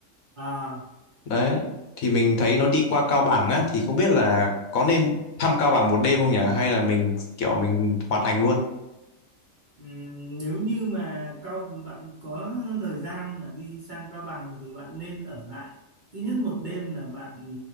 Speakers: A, on the right; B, on the left.
A: à
B: Đấy, thì mình thấy nó đi qua Cao Bằng á, thì không biết là có nên thăm Cao Bằng một đêm không nhỉ? Hay là mình kiểu mình hoàn thành luôn?
A: Ừm, nếu như mà cao bạn có thời gian mà đi sang Cao Bằng thì bạn nên ở lại ít nhất một đêm là bạn